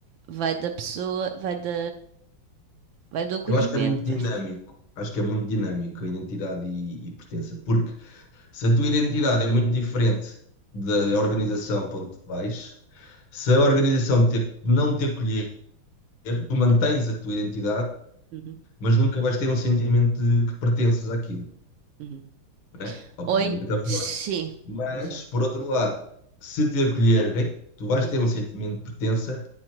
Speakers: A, on the right; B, on the left.
A: vai da pessoa, vai da, vai do acolhimento,
B: eu acho que é muito dinâmico.
A: acho que sim.
B: Acho que é muito dinâmico a identidade e, e pertença, porque se a tua identidade é muito diferente da organização para onde tu vais, se a organização te, não te acolher, tu mantens a tua identidade
A: Uhum,
B: mas nunca vais ter um sentimento de que pertences àquilo,
A: uhum.
B: né? Ou
A: Ou
B: provavelmente
A: em,
B: à Fedora.
A: sim,
B: Mas,
A: exato.
B: por outro lado, se te acolherem, tu vais
A: Uhum,
B: ter um sentimento de pertença